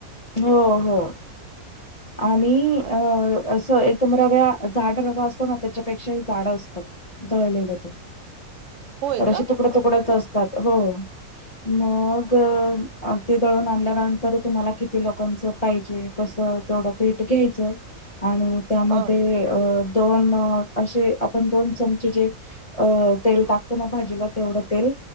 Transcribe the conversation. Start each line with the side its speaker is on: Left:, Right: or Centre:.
Left: हो हो. आणि अ
Right: अच्छा
Left: असं एक दम रव्या, जाड रवा असतो ना. त्याच्यापेक्षाही जाड असतो. दळलेलं ते.
Right: होय
Left: तर असे
Right: का
Left: तुकड्या तुकड्याच असतात. हो. मग ते दळून आणल्यानंतर तुम्हाला कि ती लोकांच पाहिजे. तस तेवढं पेठ घ्यायचं. आणि त्यामध्ये
Right: हा
Left: अ दोन असे. आपण दोन चमचे जे अ तेल टाकते मग भाजीला. तेवढं तेल